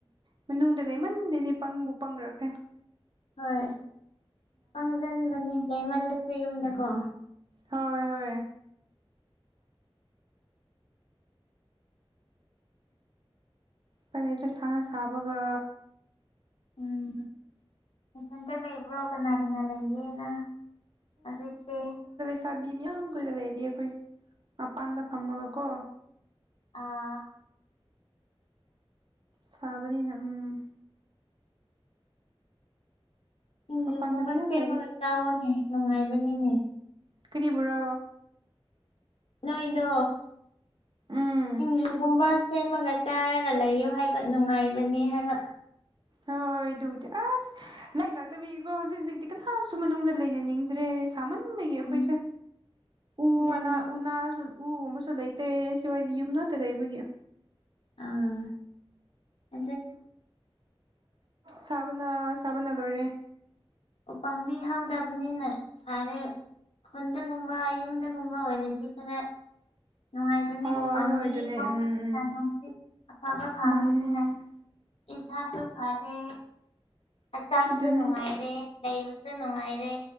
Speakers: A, on the right (about 50°); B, on the left (about 85°).
A: ꯃꯅꯨꯡꯗ ꯂꯩꯃꯟꯗꯗꯤ ꯄꯪꯕꯨ ꯄꯪꯂꯛꯈ꯭ꯔꯦ
B: ꯍꯣꯏ ꯄꯪꯁꯤꯟꯕꯅꯦ ꯂꯩꯃꯜꯕꯁꯦ ꯌꯨꯝꯗꯀꯣ
A: ꯍꯣꯏ ꯍꯣꯏ ꯀꯔꯤꯗ ꯁꯥꯟꯅ ꯁꯥꯕꯒ
B: ꯎꯝ ꯃꯊꯟꯇ ꯂꯩꯕ꯭ꯔꯣ ꯀꯅꯥ ꯀꯅꯥ ꯂꯩꯒꯦꯅ ꯑꯗꯨꯖꯤꯁ
A: ꯆ ꯆꯥꯕꯤ ꯃꯌꯥꯝ ꯀꯨꯏꯔ ꯂꯩꯔꯤ ꯑꯩꯈꯣꯏ ꯃꯄꯥꯟꯗ ꯐꯝꯃꯒ ꯀꯣ
B: ꯑꯥ
A: ꯁꯥꯕꯅꯤꯅ ꯎꯝ
B: ꯁꯤꯡꯖꯨꯒꯨꯝꯕ
A: ꯃꯄꯥꯟꯗ ꯃꯌꯥꯝ
B: ꯁꯦꯝꯃꯒ
A: ꯂꯩꯔꯤ
B: ꯇꯥꯛꯑꯣꯅꯦ ꯅꯨꯡꯉꯥꯏꯕꯅꯤꯅꯦ
A: ꯀꯔꯤ ꯄꯨ꯭ꯔꯣ
B: ꯅꯣꯏꯗ
A: ꯎꯝ
B: ꯁꯤꯡꯖꯨꯒꯨꯝꯕ ꯁꯦꯝꯃꯒ ꯇꯥꯔꯒ ꯂꯩꯌꯨ ꯍꯥꯏꯕ ꯅꯨꯡꯉꯥꯏꯕꯅꯦ ꯍꯥꯏꯕ
A: ꯍꯣꯏ ꯑꯗꯨꯕꯨꯗꯤ ꯑꯁ ꯂꯥꯏꯔꯤꯛ ꯂꯥꯛꯇꯕꯤꯒꯤꯀꯣ ꯍꯧꯖꯤꯛ ꯍꯧꯖꯤꯛꯇꯤ ꯀꯅꯥꯁꯨ ꯃꯅꯨꯡꯗ ꯂꯩꯅꯅꯤꯡꯗ꯭ꯔꯦ ꯊꯃꯟꯕꯒꯤ ꯑꯩꯈꯣꯏꯁꯦ
B: ꯎꯝ
A: ꯎ
B: ꯑꯗꯨꯅꯤ
A: ꯋꯥꯅꯥ ꯎꯅꯥ ꯎꯒꯨꯝꯕꯁꯨ ꯂꯩꯇꯦ ꯁꯤꯋꯥꯏꯗꯤ ꯌꯨꯝ ꯅꯠꯇ ꯂꯩꯕꯒꯤ
B: ꯑꯥ ꯑ
A: ꯁꯕꯅ ꯁꯕꯅꯗꯣꯣꯔꯦ
B: ꯎꯄꯥꯝꯕꯤ ꯍꯧꯗꯕꯅꯤꯅ ꯁꯥꯔꯦ ꯈꯨꯟꯗꯒꯨꯝꯕ ꯌꯨꯝꯗꯒꯨꯝꯕ ꯑꯣꯏꯔꯗꯤ ꯈꯔ ꯅꯨꯡꯉꯥꯏꯕꯅꯤ
A: ꯍꯣꯏ
B: ꯎꯄꯥꯝꯕꯤ
A: ꯍꯣꯏ ꯑꯗꯨꯅꯦ
B: ꯍꯥꯎꯕꯅꯤ
A: ꯎꯝ ꯎꯝ
B: ꯅꯨꯡꯁꯤꯠ ꯑꯐꯕ ꯐꯪꯕꯅꯤꯅ
A: ꯃꯥꯅꯦ
B: ꯏꯁꯁꯨ ꯐꯔꯦ ꯍꯛꯆꯥꯡꯁꯨ
A: ꯑꯗꯨꯅꯦ
B: ꯅꯨꯡꯉꯥꯏꯔꯦ ꯂꯩꯕꯁꯨ ꯅꯨꯡꯉꯥꯏꯔꯦ